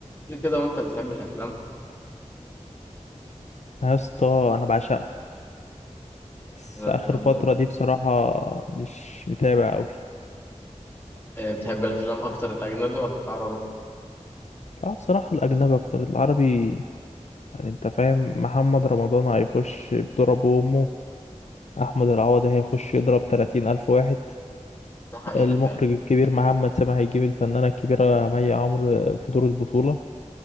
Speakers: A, on the left; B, on the left.
A: ليه كده وانت بتحب الافلام
B: يا اسطى انا بعشقها بس
A: أنا
B: اخر
A: بجد
B: فتره دي بصراحه مش متابع قوي
A: آه، بتحب الافلام اكتر الاجنبي ولا العربي
B: لا بصراحه الاجنبي اكتر العربي يعني انت فاهم محمد رمضان هيخش بضرب امه احمد العوضي هيخش يضرب 30 الف واحد
A: ده حقيقة
B: المخرج
A: فعلا
B: الكبير محمد سامي هيجيب الفنانه الكبيره مي عمرو في دور البطوله